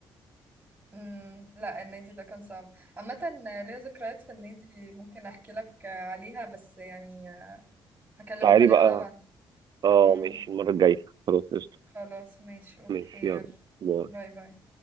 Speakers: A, on the right; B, on the right.
A: امم لا النادي ده كان صعب عامة ليا ذكريات في النادي ممكن احكي لك عليها بس يعني هكلمك
B: تعالي
A: عليها
B: بقى
A: بقى بعدين
B: اه
A: امم
B: ماشي المره الجايه خلاص قشطه
A: خلاص ماشي اوكي
B: ماشي يلا
A: يلا
B: باي.
A: باي باي